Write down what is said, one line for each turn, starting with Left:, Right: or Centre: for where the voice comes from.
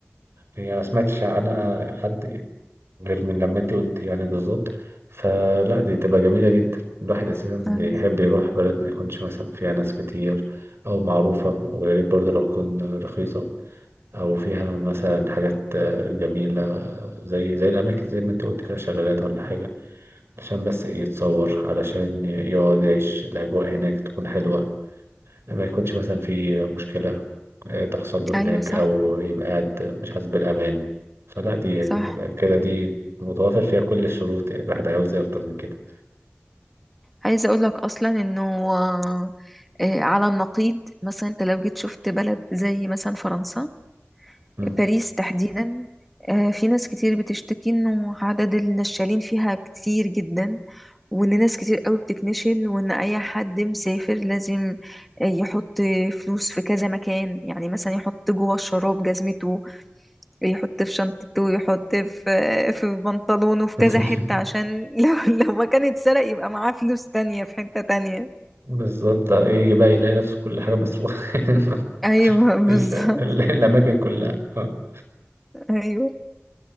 Right: يعني أنا ما سمعتش عنها حد غير من لما انت قلت يعني بالظبط فلا دي تبقى جميلة جدا الواحد أساسا بيحب
Centre: أيوة
Right: يروح بلد ما يكونش مثلا فيها ناس كتير أو معروفة ويا ريت برضه لو تكون رخيصة أو فيها مثلا حاجات آه، جميلة آه، زي زي الأماكن زي ما انت قلت كده شلالات ولا حاجة عشان بس إيه، يتصور علشان يقعد يعيش الأجواء هناك تكون حلوة ما يكونش مثلا في مشكلة آه، تحصل له هناك
Centre: أيوة صح
Right: أو يبقى قاعد مش حاسس بالأمان فلا دي يعني
Centre: صح
Right: يبقى كده دي متوافر فيها كل الشروط يعني الواحد عاوز إيه أكتر من كده
Centre: عايزة اقول لك اصلا انه آه، آه، على النقيض مثلا انت لو جيت شفت بلد زي مثلا فرنسا
Right: مم.
Centre: باريس تحديدا آه، في ناس كتير بتشتكي انه عدد النشالين فيها كتير جدا وان ناس كتير قوي بتتنشل وان اي حد مسافر لازم آه، يحط فلوس في كذا مكان يعني مثلا يحط جوه الشراب جزمته يحط في شنطته ويحط في في بنطلونه في
Right: <laughs>
Centre: كذا حتة عشان <laughs> لو لو ما كان اتسرق يبقى معاه فلوس تانية في حتة تانية
Right: بالظبط آه، يجي بقى يلاقي نفسه كل حاجة مسروقة <laughs>
Centre: ايوه بالظبط
Right: مش- الأماكن كلها اه
Centre: ايوه